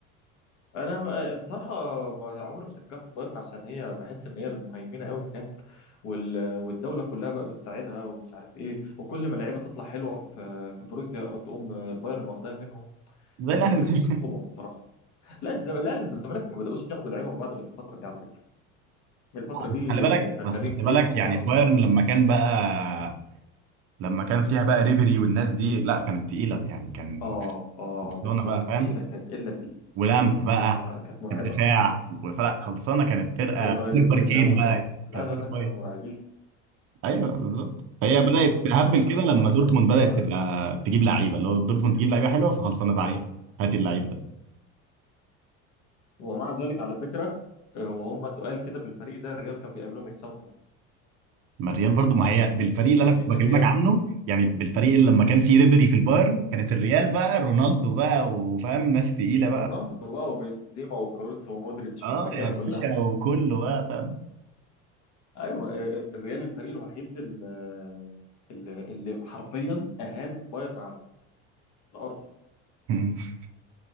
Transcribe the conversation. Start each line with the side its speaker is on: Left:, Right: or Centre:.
Left: انا بصراحة عمري ما شجعت البايرن عشان هي بحس ان هي المهيمنة قوي هناك وال... والدولة كلها بقى بتساعدها ومش عارف ايه وكل ما اللعيبة تطلع حلوة في في بروسيا تقوم البايرن واخداها منهم
Right: زي
Left: فما
Right: الاهلي
Left: بحبش
Right: بالظبط. <laughs>
Left: اسلوبهم بصراحة لا الزم... لا الزمالك ما بدأوش ياخدوا لعيبة من بعض غير الفترة دي على فكرة الفترة
Right: بس
Left: دي
Right: خلي بالك
Left: شغالين
Right: بس خلي
Left: كتف
Right: بالك
Left: في
Right: يعني
Left: بعض
Right: بايرن
Left: كده
Right: لما كان بقى لما كان فيها بقى ريبري والناس دي لا كانت تقيله يعني كان
Left: اه اه
Right: برشلونه
Left: ده كانت
Right: بقى فاهم
Left: تقيلة كانت قلة
Right: ولامب
Left: تقيلة
Right: بقى
Left: آه، كانت مرعبة
Right: في الدفاع فلا خلصانه كانت فرقه
Left: ايوه
Right: سوبر
Left: ايوه ديفيد
Right: كين
Left: لامو
Right: بقى
Left: لا لا
Right: كان في
Left: لا
Right: بصوية.
Left: كانوا مرعبين
Right: ايوه بالظبط هي
Left: حصل
Right: بدات
Left: حصل
Right: تهبل
Left: كانوا مرعبين
Right: كده لما
Left: قوي
Right: دورتموند بدات
Left: انا
Right: تبقى تجيب لعيبه اللي هو دورتموند تجيب لعيبه حلوه فخلصانه تعالى هات اللعيب ده
Left: ومع ذلك على فكره آه، وهم تقال كده بالفريق ده الريال كان بيقابلهم يكسبهم
Right: ما الريال برضو ما هي بالفريق اللي
Left: يعني
Right: انا كنت بكلمك
Left: الريال
Right: عنه يعني بالفريق اللي لما كان فيه ريبري في البايرن كانت الريال بقى رونالدو بقى وفاهم ناس تقيله بقى
Left: رونالدو بقى وبنزيما وكروس ومودريتش
Right: اه
Left: والرجاله
Right: يا
Left: كلها
Right: باشا وكله بقى فاهم
Left: ايوه آه، آه، الريال الفريق الوحيد ال- اللي, اللي حرفيا اهان بايرن على ارضه
Right: <laughs>